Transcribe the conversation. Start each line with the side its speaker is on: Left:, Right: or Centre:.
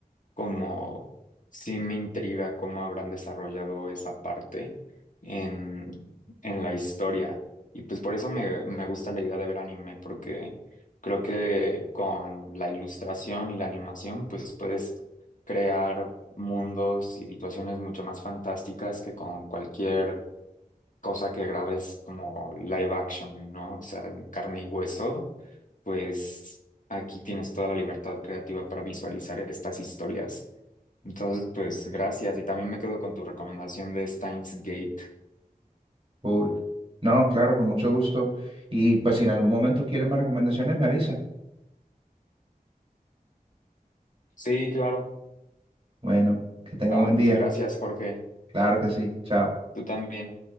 Left: como sí me intriga cómo habrán desarrollado esa parte en, en la historia. Y pues por eso me, me gusta la idea de ver anime, porque creo que con la ilustración y la animación, pues puedes crear mundos y situaciones mucho más fantásticas que con cualquier cosa que grabes como live action, ¿no? O sea, en carne y hueso, pues aquí tienes toda la libertad creativa para visualizar estas historias. Entonces, pues gracias. Y también me quedo con tu recomendación de Steins Gate.
Right: Cool. No, claro, con mucho gusto. Y pues si en algún momento quieren más recomendaciones, me avisa.
Left: Sí, claro.
Right: Bueno, que tenga
Left: Va,
Right: un buen
Left: pues
Right: día.
Left: gracias, Jorge.
Right: Claro que sí. Chao.
Left: Tú también.